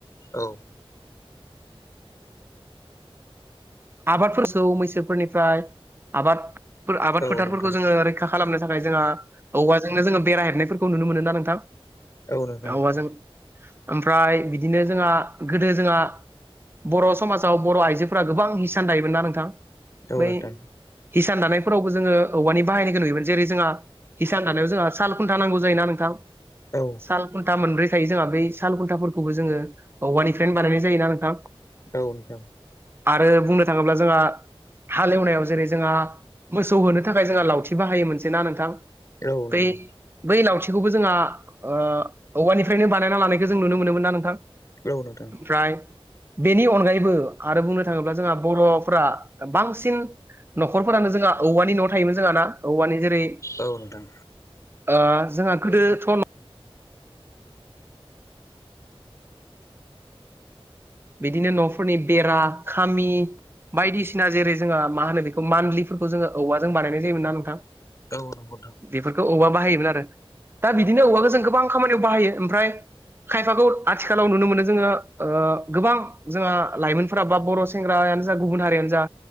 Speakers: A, on the left; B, on the right.
A: औ
B: आबादफोरखौ मैसोफोरनिफ्राय आबाद आबाद
A: औ
B: फोथारफोरखौ
A: नोंथां
B: जोङो रैखा खालामनो थाखाय जोंहा औवाजोंनो जोङो बेरायहेबनायफोरखौ नुनो मोनो नोंथां?
A: औ नोंथां
B: औवाजों ओमफ्राय बिदिनो जोंहा गोदो जोंहा बर' समाजाव बर' आइजोफोरा गोबां हिसान दायोमोन ना नोंथां
A: औ
B: बै
A: नोंथां।
B: हिसान दानायफोरावबो जोङो औवानि बाहायनोखौ नुयोमोन जेरै जोंहा हिसान दानायाव जोंहा साल खुन्था नांगौ जायो ना थां
A: औ
B: सालखुनथा मोनब्रै थायो जोंहा बै सालखुनथाफोरखौबो जोङो औवानिफ्रायनो बानायनाय जायो ना नोंथां।
A: औ।
B: आरो बुंनो थाङोब्ला जोंहा। हालेवनायाव जेरै जोंहा मोसौ होनो थाखाय जोंहा लावथि बाहायो मोनसे ना नोंथां।
A: औ
B: बै
A: नंगौ।
B: बै लावथिखौबो जोंहा ओ औवानिफ्रायनो बानायना लानायखौ जों नुनो मोनोमोन ना नोंथां।
A: औ नोंथां।
B: ओमफ्राय बेनि अनगायैबो आरो बुंनो थाङोब्ला जोंहा बर'फ्रा बांसिन न'खरफोरानो जोंहा औवानि न'वाव थायोमोन जोंहा ना औवानि जेरै
A: औ नोंथां
B: ओ जोंहा गोदोथ' बिदिनो न'फोरनि बेरा खामि बायदिसिना जेरै जोंहा मा होनो बेखौ मानलिफोर खौ जोङो औवाजों बानायनाय जायोमोन ना नोंथां।
A: औ। नंगौ नोंथां
B: बेफोरखौ औवा बाहायोमोन आरो दा बिदिनो औबवाखौ जों गोबां खामानियाव बाहायो ओमफ्राय खायफाखौ आथिखालाव नुनो मोनो जोङो ओ। गोबां जोंहा लाइमोनफोरा बा बर' सेंग्रायानो जा गुबुन हारियानो जा